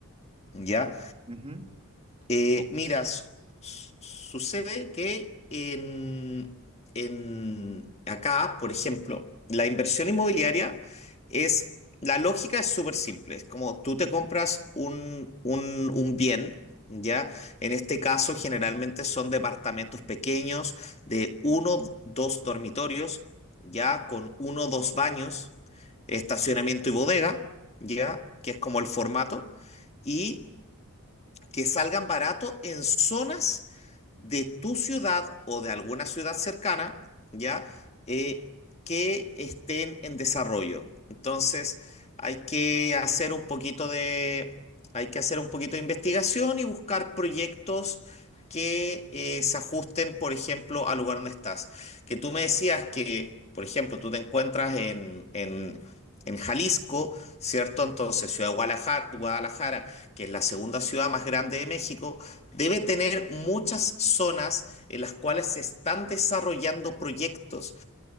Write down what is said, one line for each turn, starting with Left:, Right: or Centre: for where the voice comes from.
Left: ¿ya?
Right: O- ujú.
Left: Eh,
Right: O-
Left: mira, su- su- sucede que en, en- acá, por ejemplo, la inversión inmobiliaria es, la lógica es súper simple, es como tú te compras un, un, un bien, ¿ya? En este caso, generalmente son departamentos pequeños de uno, dos dormitorios, ¿ya? Con uno, dos baños, estacionamiento y bodega, ¿ya? Que es como el formato. Y que salgan baratos en zonas de tu ciudad o de alguna ciudad cercana, ¿ya? Eh, que estén en desarrollo. Entonces, hay que hacer un poquito de, hay que hacer un poquito de investigación y buscar proyectos que eh, se ajusten, por ejemplo, al lugar donde estás. Que tú me decías que, por ejemplo, tú te encuentras en, en- en Jalisco, ¿cierto? Entonces, Ciudad de Guadalajara, Guadalajara, que es la segunda ciudad más grande de México, Debe tener muchas zonas en las cuales se están desarrollando proyectos